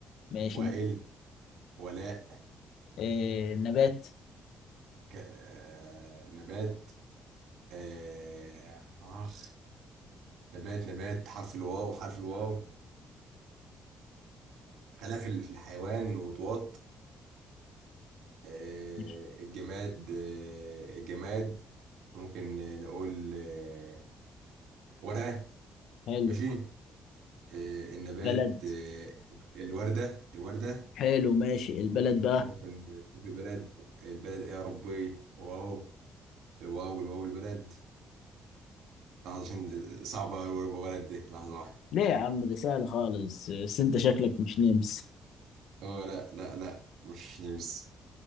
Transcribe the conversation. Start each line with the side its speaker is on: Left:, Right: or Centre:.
Left: ماشي
Right: وائل ولاء
Left: آه، نبات
Right: ك... آه... نبات آه... اخ نبات نبات حرف الواو حرف الواو خلاف في ال- في الحيوان وطواط آه...
Left: ماشي.
Right: الجماد آه... الجماد ممكن نقول آه... ورقة
Left: حلو
Right: ماشي آه... النبات
Left: بلد
Right: آه... الوردة الوردة
Left: حلو ماشي البلد بقى
Right: ممكن تشوف البلد البلد ايه يا ربي واو الواو الواو البلد لحظة عشان آه، صعبة أوي البلد دي لحظة واحدة
Left: ليه يا عم ده سهل خالص بس انت شكلك مش نمس
Right: اه لا لا لا مش نمس